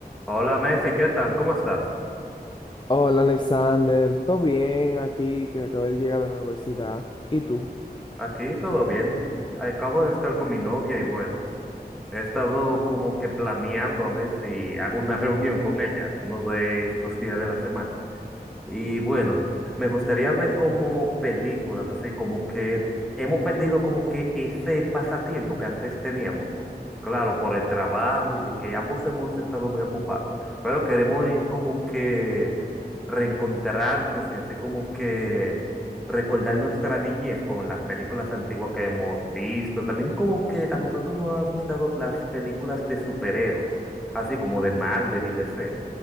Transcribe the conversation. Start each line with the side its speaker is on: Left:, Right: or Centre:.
Centre: Hola, Mefi, ¿qué tal? ¿Cómo estás?
Left: Hola Alexander, ¿todo bien aquí que acabé de llegar de la universidad? ¿Y tú?
Centre: Aquí todo bien. Acabo de estar con mi novia y bueno, he estado como que planeando a ver si hago una reunión con ella uno de estos días de la semana. Y bueno, me gustaría ver como películas, así como que hemos perdido como que ese pasatiempo que antes teníamos. Claro, por el trabajo y de que ambos hemos estado muy ocupados, pero queremos eh, como que reencontrarnos y hacer como que recordar nuestra niñez con las películas antiguas que hemos visto. También como que a nosotros nos ha gustado las películas de superhéroes, así como de Marvel y D C